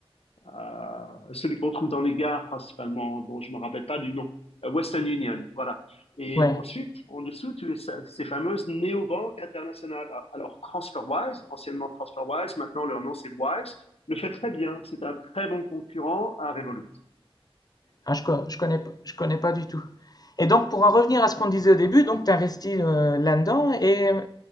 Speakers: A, on the left; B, on the left.
A: euh, celui qu'on trouve dans les gares principalement, dont je me rappelle pas du nom. Euh, Western Union, voilà. Et
B: Ouais.
A: ensuite, en dessous, tu as ces fameuses néobanques internationales. Alors, TransferWise, anciennement TransferWise, maintenant leur nom c'est Wise, le fait très bien. C'est un très bon concurrent à Revolut.
B: Ah, je, co- je connais, p- je connais pas du tout. Et donc, pour en revenir à ce qu'on disait au début, donc tu investis euh, là-dedans. Et euh,